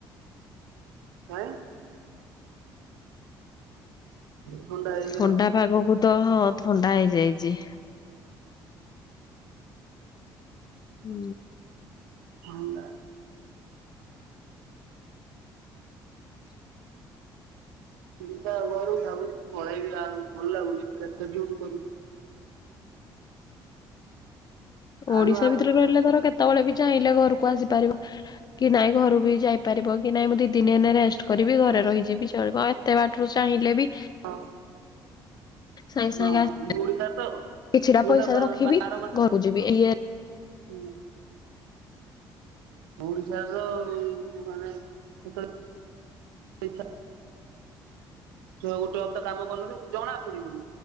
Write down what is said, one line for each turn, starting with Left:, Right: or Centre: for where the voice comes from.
Right: <unintelligible> ଥଣ୍ଡା ହେଇନି
Left: ଥଣ୍ଡା
Right: ଆଉ।
Left: ପାଗକୁ ତ ହଁ ଥଣ୍ଡା ହେଇଯାଇଛି। ହୁଁ।
Right: ଥଣ୍ଡା
Left: <inaudible>
Right: ଯିବା ଘରୁ ଭାବୁ ପଳେଇବି ଆଉ ଭଲ ଲାଗୁନି ଆଉ କେତେ ଡିୟୁଟି କରିବୁ। ଆଗୁଆ
Left: ଓଡିଶା ଭିତରେ ରହିଲେ ଧର କେତେବେଳେ ବି ଚାହିଁଲେ ଘରକୁ ଆସିପାରିବ କି ନାଇଁ ଘରୁ ବି ଯାଇପାରିବ କି ନାଇଁ ମୁଁ ଦି ଦିନି ହେ ରେଷ୍ଟ କରିବି ଘରେ ରହିଯିବି ଚଳିବ ଆଉ ଏତେ ବାଟରୁ ଚାହିଁଲେ ବି
Right: ହଁ।
Left: ସାଙ୍ଗେ
Right: ହଁ
Left: ସାଙ୍ଗେ ଆସି
Right: ଓଡିଶାରେ ତ ଓଡିଶା
Left: କିଛିଟା ପଇସା
Right: ବାର
Left: ରଖିବି
Right: ମାସରେ
Left: ଘରକୁ
Right: ହୁଁ।
Left: ଯିବି ଇଏ
Right: ଓଡିଶାରେ ତ ମାନେ ସେତେଳେ ଦେଖିଆ ଗୋଟେ ହପ୍ତା କାମ କରିନଥିବୁ ଜଣା ପଡିବନି